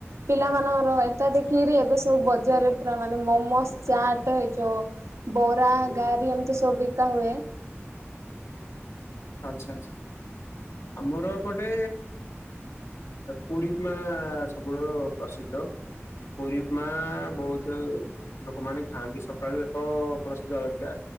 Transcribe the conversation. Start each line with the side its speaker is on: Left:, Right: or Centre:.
Right: ପିଲାମାନଙ୍କର ଏଟା ଦେଖିକିରି ଏବେ ସବୁ ବଜାରରେ ପୁରା ମାନେ ମୋମୋଜ ଚାଟ ଏ ଯୋଉ ବୋରା, ଗାରି ଏମିତି ସବୁ ବିକା ହୁଏ।
Left: ଆଛା ଆଛା। ଆମର ଏପଟେ ପୁରୀ ଉପମା ସବୁଠୁ ପ୍ରସିଦ୍ଧ ପୁରୀଉମା ବୋହୁତୁ ଲୋକମାନେ ଖାଆନ୍ତି। ସକାଳୁ ଏକ ପ୍ରସିଦ୍ଧ ରକ୍ଷା